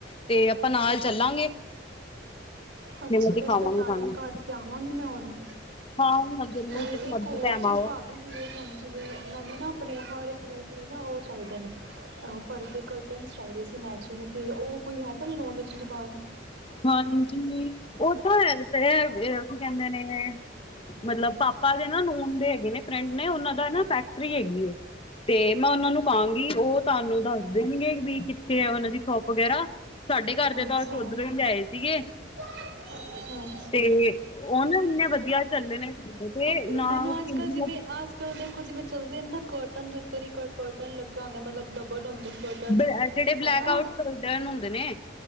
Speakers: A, on the left (about 30°); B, on the right (about 70°).
A: ਤੇ ਅ ਆਪਾਂ ਨਾਲ ਚੱਲਾਂਗੇ। ਤੇ
B: ਅੱਛਾ,
A: ਮੈਂ
B: ਬਸ
A: ਦਿਖਾਵਾਂਗੀ
B: ਫਿਰ ਟਾਈਮ
A: ਤੁਹਾਨੂੰ।
B: ਕੱਢ ਕੇ ਆਵਾਂਗੀ ਮੈਂ ਹੁਣ।
A: ਹਾਂ ਹਾਂ ਜ਼ਰੂਰ
B: ਤੇ
A: ਜਿਸ
B: ਇੱਕ
A: ਮਰਜ਼ੀ
B: ਹੋਰ
A: ਟਾਈਮ
B: ਚੀਜ਼
A: ਆਓ
B: ਭਾਬੀ, ਜਿਵੇ ਹੁਣ ਜਿਵੇਂ ਮੈਨੂੰ ਨਾ ਆਪਣੇ ਹਰ ਇੱਕ ਰੂਮ ਲਈ ਨਾ ਉਹ ਚਾਹੀਦੇ ਨੇ, ਅਹ ਪਰਦੇ, ਕਰਟਨਸ ਚਾਹੀਦੇ ਸੀ ਮੈਚਿੰਗ, ਤੇ ਉਹ ਕੋਈ ਹੈ ਤੁਹਾਡੇ ਨੋਨ ਇੱਚ ਦੁਕਾਨ?
A: ਹਾਂਜੀ, ਉਹ ਤਾਂ ਹੈ ਤੇ ਹੈ ਵੇ, ਕੀ ਕਹਿੰਦੇ ਨੇ? ਮਤਲਬ ਪਾਪਾ ਦੇ ਨਾ ਨੋਨ ਦੇ ਹੈਗੇ ਨੇ ਫਰੈਂਡ, ਮੈਂ ਉਹਨਾਂ ਦਾ ਨਾ ਫੈਕਟਰੀ ਹੈਗੀ ਏ, ਤੇ ਮੈਂ ਉਹਨਾਂ ਨੂੰ ਕਹਾਂਗੀ, ਉਹ ਤੁਹਾਨੂੰ ਦੱਸ ਦੇਣਗੇ। ਵੀ ਕਿੱਥੇ ਹੈ ਉਹਨਾਂ ਦੀ ਸ਼ੋਪ ਵਗੈਰਾ? ਸਾਡੇ ਘਰ ਦੇ
B: ਅੱਛਾ
A: ਤਾਂ
B: ਅੱਛਾ,
A: ਲਿਆਏ ਸੀਗੇ ਤੇ ਉਹ ਨਾ ਇੰਨੇ ਵਧੀਆ ਚੱਲੇ ਨੇ ਸਾਡੇ ਤੇ ਨਾ
B: ਮੈਨੂੰ
A: ਉਹ ਕਿ-
B: ਅੱਜ ਕੱਲ
A: ਮਤਲਬ
B: ਜਿਵੇਂ ਅੱਜ ਕੱਲ ਦੇਖੋ ਜਿਵੇਂ ਚਲਦੇ ਨੇ ਨਾ ਕਰ ਕਰਟਨ ਦੇ ਉਤੇ ਵੀ ਇੱਕ ਹੋਰ ਕਰਟਨ ਲੱਗਿਆ ਹੁੰਦਾ, ਮਤਲਬ ਡਬਲ ਹੁੰਦੇ ਨੇ ਕਰਟਨਸ।
A: ਬ- ਜਿਹੜੇ
B: ਹਨਾ
A: ਬਲੈਕ ਆਊਟ ਸਲਡਰਨ ਹੁੰਦੇ ਨੇ।